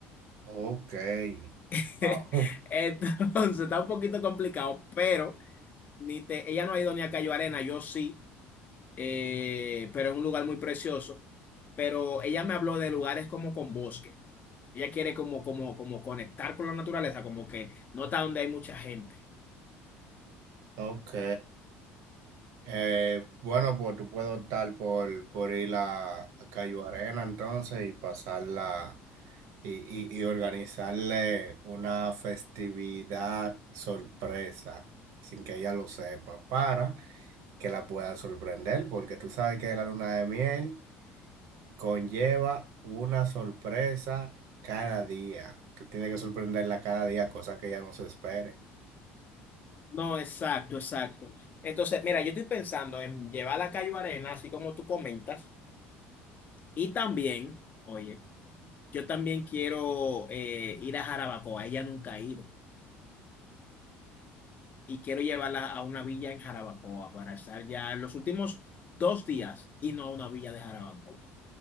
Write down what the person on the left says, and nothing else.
<laughs>
Entonces, está un poquito complicado, pero ni te, ella no ha ido ni a Cayo Arena, yo sí, eh, pero es un lugar muy precioso. Pero ella me habló de lugares como con bosque. Ella quiere como, como, como conectar con la naturaleza, como que no está donde hay mucha gente.
No, exacto, exacto. Entonces, mira, yo estoy pensando en llevar a Cayo Arena, así como tú comentas Y también, oye, yo también quiero eh, ir a Jarabacoa, ella nunca ha ido, y quiero llevarla a una villa en Jarabacoa para estar ya en los últimos dos días y no a una villa de Jarabacoa.